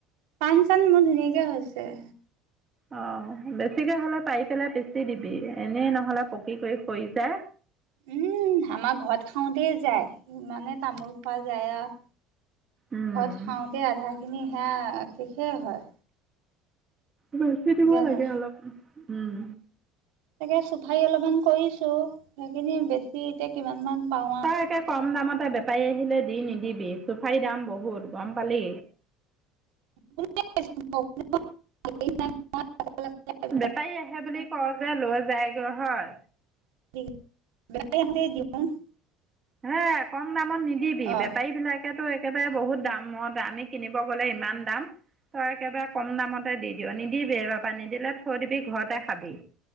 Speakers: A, on the right (about 80°); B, on the right (about 20°).
A: পাণ চান মোৰ ধুনীয়াকে হৈছে।
B: অ বেছিকে হ'লে পাৰি পেলাই পিচি দিবি এনেই নহ'লে পকি কৰি সৰি যায়।
A: উম আমাৰ ঘৰত খাওঁতে যায় ইমানে তামোল খোৱা যায় আৰু
B: উম
A: ঘৰত খাওঁতে আধা খিনি সেয়া শেষেই হয়।
B: বেচি দিব
A: জানে
B: লাগে অলপ উম,
A: তাকে চুফাৰী অলপমান কৰিছো সেইখিনি বেছি এতিয়া কিমান মান পাও আৰু
B: তই একে কম দামতে বেপাৰী আহিলে দি নিদিবি চুফাৰীৰ দাম বহুত গম পালি।
A: <unintelligible> <unintelligible>
B: বেপাৰী আহে বুলি কওঁ যে লৈ যায়গৈ হয়।
A: <unintelligible>
B: হে কম দামত নিদিবি
A: অ
B: বেপাৰী বিলাক কেটো একেবাৰে বহুত দাম দাম আমি কিনিব গ'লে ইমান দাম। তই একেবাৰে কম দামতে দি দিয়া, নিদিবি এইবাৰপা নিদিলে থৈ দিবি ঘৰতে খাবি।